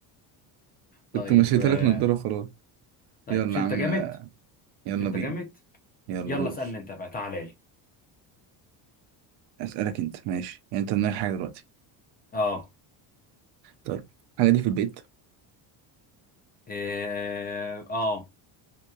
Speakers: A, on the left; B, on the right.
A: طيب
B: كنت مشيتها
A: آه،
B: لك نضارة خلاص
A: طيب
B: يلا
A: مش انت
B: عامل
A: جامد
B: يلا
A: مش انت
B: بينا
A: جامد
B: يلا
A: يلا
B: دوس
A: اسألني انت بقى تعالى لي
B: اسالك انت ماشي يعني انت دماغك حاجة دلوقتي
A: اه
B: طيب الحاجة دي في البيت
A: إيه، اه